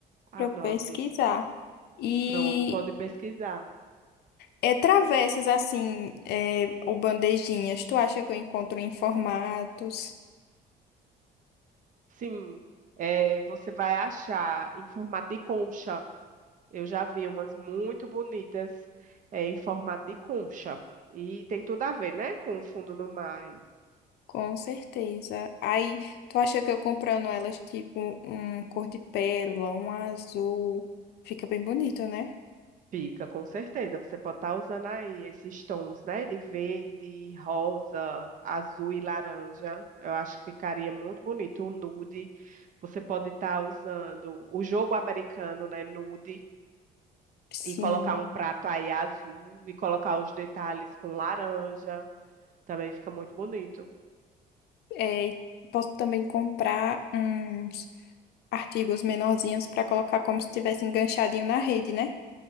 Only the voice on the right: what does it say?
Anote.
Pronto, pode pesquisar.
Sim, é, você vai achar em formato de concha. Eu já vi umas muito bonitas, é, em formato de concha. E tem tudo a ver, né? Com o fundo do mar. e
Fica, com certeza. Você pode estar usando aí esses tons, né? De verde, rosa, azul e laranja. Eu acho que ficaria muito bonito. O nude. Você pode estar usando o jogo americano, né? Nude.
E colocar um prato aí azul. E colocar os detalhes com laranja. Também fica muito bonito.